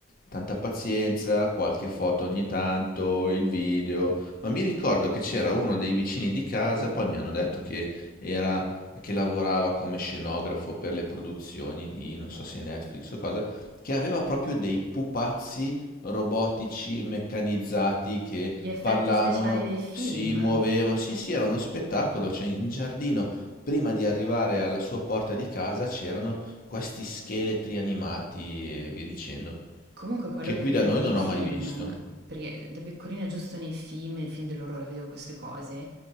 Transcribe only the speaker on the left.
Tanta pazienza, qualche foto ogni tanto, il video, ma mi ricordo che c'era uno dei vicini di casa, poi mi hanno detto che era che lavorava come scenografo per le produzioni di non so se Netflix o cosa, che aveva proprio dei pupazzi robotici meccanizzati che
parlavano,
si muovevano. Sì, sì, era uno spettacolo, cioè in giardino prima di arrivare alla sua porta di casa c'erano questi scheletri animati e via dicendo
che
qui
da noi
non ho
mai visto.